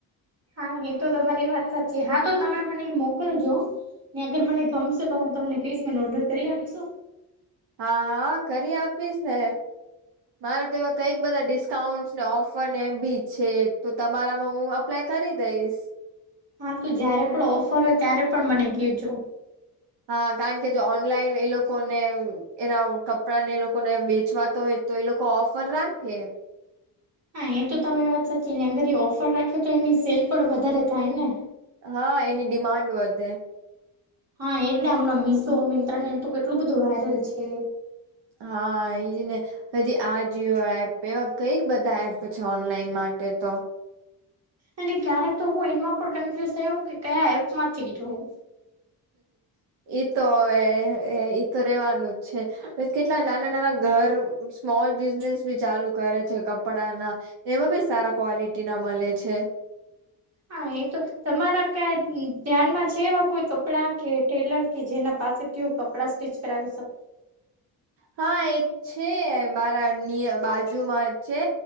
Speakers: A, on the right; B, on the right.
A: હા એ તો તમારી વાત સાચી, હા તો તમે મને મોકલજો. ત્યાં આગળ મને ગમશે તો હું તમને કઈશ, મને ઓર્ડર કરી આપશો?
B: હા હા, કરી આપીશ ને. મારે તો એવા કઈક બધા ડિસ્કાઉન્ટ ને ઓફર એ બી છે, તો તમારામાં હું અપ પ્લા કરી દઈશ.
A: હા તો જયારે પણ ઓફર હોય, ત્યારે પણ મને કહેજો.
B: હા કારણ કે, જો ઓનલાઈન એ લોકોને એના કપડાં ને એ લોકો ને વેચવાતા હોય, તો એ લોકો ઓફર રાખે.
A: હા એ તો તમારી વાત સાચી, ત્યાં ઘડી ઓફર રાખે તો એની સેલ પણ વધારે થાય ને.
B: હા એની ડિમાન્ડ વધે.
A: હા એને હમણાં મિશો, મિન્ત્રા ને બધું કેટલું બધું વાયરલ છે.
B: હા એજને. હજી આ જિ ઓ એપ, એવા કઈક બધા એપ છે ઓનલાઈન માટે તો.
A: અને ક્યારેક તો હું એમાં પણ કન્ફ્યુઝ થયાવ કે કયા એપમાંથી જોઉં.
B: ઈ તો હવે, અ ઈ તો રેવાનું જ છે, એજ કેટલા નાના નાના ઘર, સ્મોલ બિઝનેસ બી ચાલુ કરે છે કપડાના. એમાં બી સારા ક્વોલિટી ના મળે છે.
A: હા એ તો તમારા કાઈ ધ્યાનમાં છે, એવા કોઈ કપડા કે ટેલર? કે જેના પાસેથી હુ કપડા સ્ટીચ કરાવી શકુ.
B: હા એક છે, મારા નિ બાજુમાં છે.